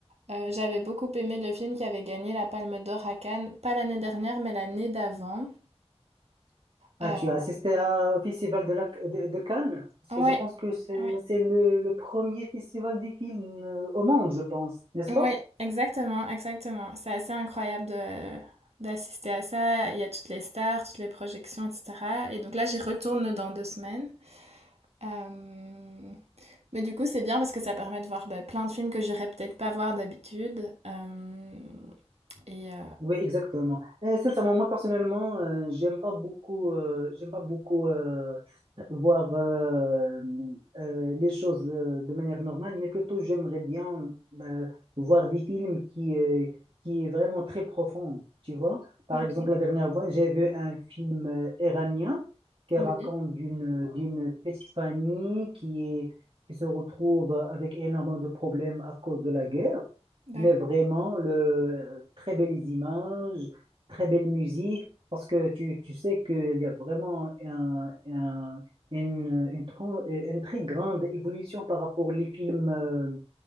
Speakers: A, on the right; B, on the right.
A: Heu, j'avais beaucoup aimé le film qui avait gagné la Palme d'or à Cannes, pas l'année dernière, mais l'année d'avant.
B: Ah,
A: Heu,
B: tu as assisté à- au festival de, la, de, de Cannes? Parce
A: ouais,
B: que je pense que c'est
A: oui,
B: c'est le, le premier festival des films euh, au monde, je pense, n'est-ce
A: ouais,
B: pas?
A: exactement, exactement. C'est assez incroyable de d'assister à ça. Il y a toutes les stars, toutes les projections, et cetera. Et donc là, j'y retourne dans 2 semaines. Hem, mais du coup, c'est bien parce que ça permet de voir, bah, plein de films que j'irais peut-être pas voir d'habitude. Hem, et heu
B: Oui, exactement. Et sincèrement, moi personnellement, euh, j'aime pas beaucoup, euh, j'aime pas beaucoup. euh, voir euh, euh, les choses euh, de manière normale, mais plutôt j'aimerais bien euh, voir des films qui, euh, qui est vraiment très profond, tu vois. Par
A: OK.
B: exemple, la dernière fois, j'ai vu un film euh, iranien qui raconte
A: Oui,
B: d'une d'une petite famille qui est qui se retrouve avec énormément de problèmes à cause de la guerre,
A: d'accord.
B: mais vraiment le très belles images, très belle musique. Parce que tu, tu sais qu'il y a vraiment un, un, une, une, tran- une très grande évolution par rapport aux films, euh,